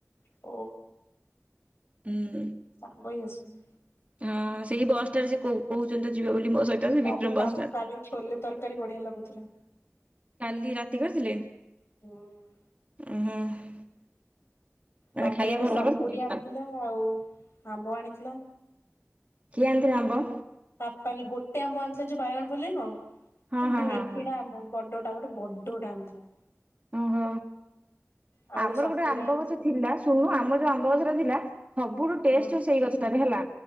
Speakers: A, on the left; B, on the right.
A: ଓ
B: ହୁଁ।
A: ସାଙ୍ଗ ହେଇ ଆସିଲୁ।
B: ହଁ ସେଇ ବସ ଟା ରେ ସେ କହୁ କହୁଛନ୍ତି ତ ଯିବେ ବୋଲି ମୋ ସହିତ। ସେ
A: କାଲି
B: ବିକ୍ରମ
A: ତା
B: ବସଟା।
A: କାଲି ଛୋଲେ ତରକାରୀ ବଢିଆ ଲାଗୁଥିଲା।
B: କାଲି ରାତି କରି ଥିଲେ
A: ହୁଁ।
B: ଉଁ ହୁଁ ‌ ମାନେ
A: ପାପାଲି
B: ଖାଇବା
A: ଗୋଟେ
B: ଭଲ
A: ସପୁରୀ
B: କରିଥିଲେ।
A: ଆଣିଥିଲା ଆଉ ଆମ୍ବ ଆଣିଥିଲା।
B: କିଏ ଆଣିଥିଲା ଆମ୍ବ।
A: ପପାଲୀ ଗୋଟେ ଆମ୍ବ ଆଣିଥିଲା ଯୋଉ ବାଇଗଣ ପଲେଇ ନୁଅ
B: ହଁ
A: ଯୋଉ
B: ହଁ
A: ମିଳେ
B: ହଁ ହଁ
A: କିଣା ଆମ୍ବ। ବଡଟା ଗୋଟେ ବଡଟା ଆଣିଥିଲା।
B: ଓ ହୋ
A: ଆଉ
B: ଆମର
A: ସପୁରୀ
B: ଗୋଟେ ଆମ୍ବ
A: ଆଣିଥିଲା
B: ଗଛ ଥିଲା ଶୁଣୁନୁ ଆମର ଯୋଉ ଆମ୍ବ ଗଛ ଟା ଥିଲା। ସବୁଠୁ ଟେଷ୍ଟ
A: ହଁ
B: ସେଇ ଗଛଟାରେ ହେଲା